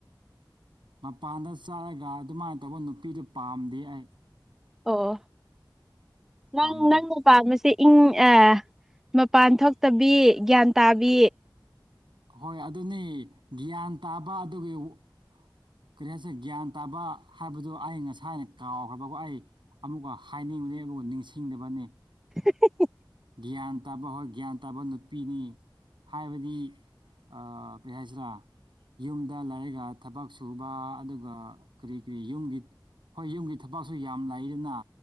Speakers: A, on the right; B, in the centre.
A: ꯃꯄꯥꯟꯗ ꯆꯠꯂꯒ ꯑꯗꯨꯃꯥꯏꯅ ꯇꯧꯕ ꯅꯨꯄꯤꯗꯨ ꯄꯥꯝꯗꯤꯌꯦ ꯑꯩ
B: ꯑꯣ ꯅꯪ
A: ꯄꯥꯝꯗꯦ
B: ꯅꯪ ꯄꯥꯝꯕꯁꯦ ꯏꯪ ꯑꯥ ꯃꯄꯥꯟ ꯊꯣꯛꯇꯕꯤ ꯒ꯭ꯌꯥꯟ ꯇꯥꯕꯤ
A: ꯍꯣꯏ ꯑꯗꯨꯅꯦ ꯒ꯭ꯌꯥꯟ ꯇꯥꯕ ꯑꯗꯨꯒꯤ ꯋꯥ ꯀꯔꯤ ꯍꯥꯏꯁꯦ ꯒ꯭ꯌꯥꯟ ꯇꯥꯕ ꯍꯥꯏꯕꯗꯣ ꯑꯩ ꯉꯁꯥꯏꯅ ꯀꯥꯎꯈ꯭ꯔꯕꯒꯣ ꯑꯩ ꯑꯃꯨꯛꯀ ꯍꯥꯏꯅꯤꯡꯕꯅꯦꯕ ꯑꯣ ꯅꯤꯡꯁꯤꯡꯗꯕꯅꯦ
B: ꯍꯦ ꯍꯦ ꯍꯦ
A: ꯒ꯭ꯌꯥꯟ ꯇꯥꯕ ꯍꯣꯏ ꯒ꯭ꯌꯥꯟ ꯇꯥꯕ ꯅꯨꯄꯤꯅꯤ ꯍꯥꯏꯕꯗꯤ ꯑꯥ ꯀꯔꯤ ꯍꯥꯏꯁꯤꯔꯥ ꯌꯨꯝꯗ ꯂꯩꯔꯒ ꯊꯕꯛ ꯁꯨꯕ ꯑꯗꯨꯒ ꯀꯔꯤ ꯀꯔꯤ ꯌꯨꯝꯒꯤ ꯍꯣꯏ ꯌꯨꯝꯒꯤ ꯊꯕꯛꯁꯨ ꯌꯥꯝ ꯂꯩꯗꯅ